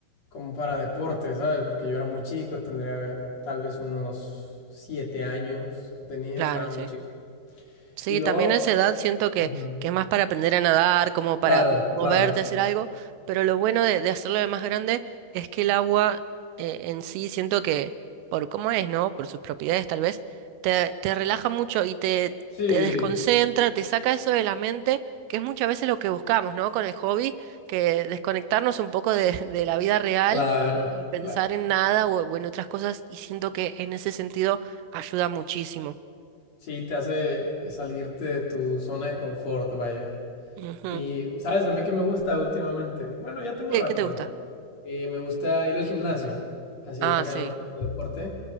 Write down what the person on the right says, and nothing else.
claro,
sí.
Sí,
también a esa edad siento que,
que es más para aprender a nadar, como para
moverte,
hacer algo, pero lo bueno de, de hacerlo de más grande es que el agua eh, en sí siento que, por cómo es, ¿no? Por sus propiedades tal vez, te, te relaja mucho y te,
te desconcentra, te saca eso de la mente, que es muchas veces lo que buscamos, ¿no? Con el hobby, que desconectarnos un poco de, <laughs> de la vida real
y pensar
en nada o, o en otras cosas, y siento que en ese sentido ayuda muchísimo.
Ujú.
¿Qué,
qué te gusta?
Ah,
sí,